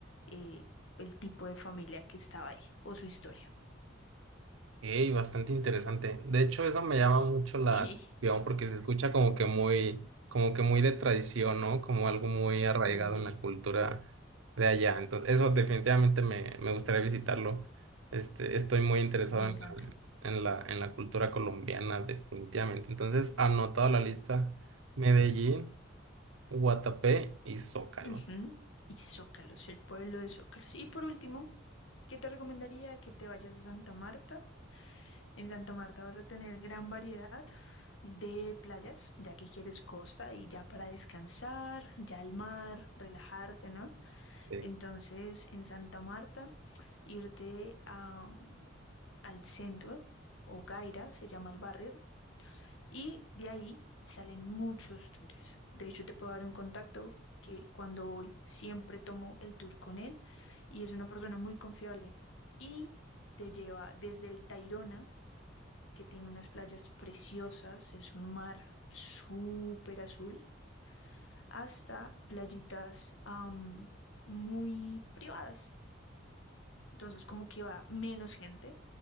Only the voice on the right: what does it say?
ok, bastante interesante. De hecho, eso me llama mucho
la atención porque se escucha como que muy, como que muy de tradición, ¿no? Como algo muy
arraigado en la cultura de allá. Entonces, eso definitivamente me, me gustaría visitarlo. Este, estoy muy interesado
en la, en la, en la cultura colombiana, definitivamente. Entonces, anotado la lista. Medellín. Guatapé y Zócalo.
Sí.